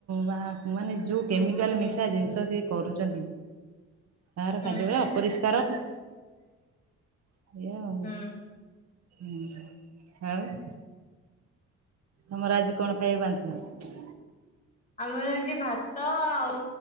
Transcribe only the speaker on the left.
<unintelligible>
ହୁଁ
ହୁଁ।
ଆମର ଆଜି ଭାତ ଆଉ